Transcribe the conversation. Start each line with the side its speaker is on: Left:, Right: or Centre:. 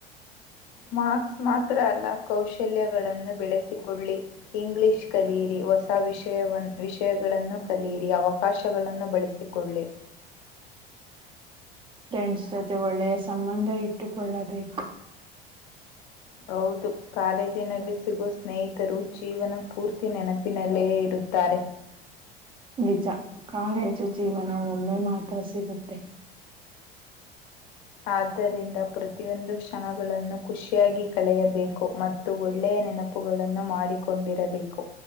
Left: ಮಾರ್ಕ್ಸ್ ಮಾತ್ರ ಅಲ್ಲ ಕೌಶಲ್ಯಗಳನ್ನು ಬೆಳೆಸಿಕೊಳ್ಳಿ ಇಂಗ್ಲಿಷ್ ಕಲಿಯಿರಿ. ಹೊಸ ವಿಷಯವನ್ನು ವಿಷಯ. ಗಳನ್ನು ಕಲಿಯಿರಿ ಅವಕಾಶಗಳನ್ನು ಬಳಸಿಕೊಳ್ಳಿ.
Right: ಫ್ರೆಂಡ್ಸ್ ಜೊತೆ ಒಳ್ಳೆಯ ಸಂಬಂಧ ಇಟ್ಟುಕೊಳ್ಳಬೇಕು.
Left: ಹೌದು ಕಾಲೇಜಿನಲ್ಲಿ ಸಿಗೋ ಸ್ನೇಹಿತರು ಜೀವನ ಪೂರ್ತಿ ನೆನಪಿನಲ್ಲಯೇ ಇರುತ್ತೆ, ತಾರೆ.
Right: ನಿಜ ಕಾಲೇಜು ಜೀವನ ಒಮ್ಮೆ ಮಾತ್ರ ಸಿಗುತ್ತೆ
Left: ಆದ್ದರಿಂದ ಪ್ರತಿಯೊಂದು ಕ್ಷಣಗಳನ್ನು ಖುಷಿಯಾಗಿ ಕಳೆಯಬೇಕು ಮತ್ತು ಒಳ್ಳೆಯ, ನೆನಪುಗಳನ್ನು ಮಾಡಿಕೊಂಡಿರಬೇಕು.